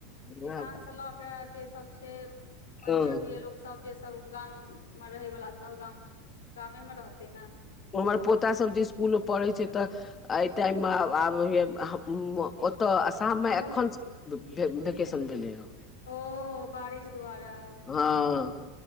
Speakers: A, on the left; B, on the left.
A: वैह
B: किसान
A: बात।
B: से लऽ क जे सब छै मध्यवर्गीय
A: हँ
B: लोक सब जे सब गाममे रहै वला सब गाम गामेमे रहतै न
A: हमर पोतासभ जे स्कुलमे पढ़ैत छै तऽ एहि टाइममे आब हैया हम म ओतऽ आसाम मे
B: ओहोमे
A: एखन भे भेकेेशन भेलै हन
B: ओ बारिश दुआरय
A: हँ